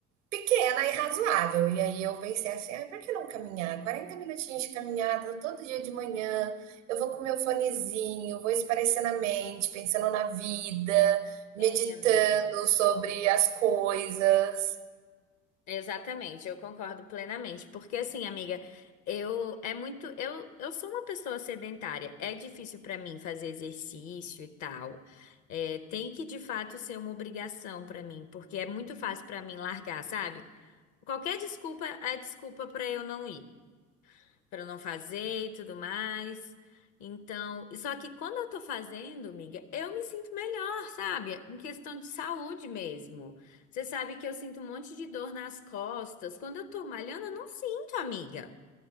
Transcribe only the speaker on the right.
pequena e razoável". E aí eu pensei assim: "Ai, por que não caminhar? 40 minutinhos de caminhada todo dia de manhã. Eu vou com meu fonezinho, vou esparecendo a mente, pensando na vida,
meditando
sobre as coisas".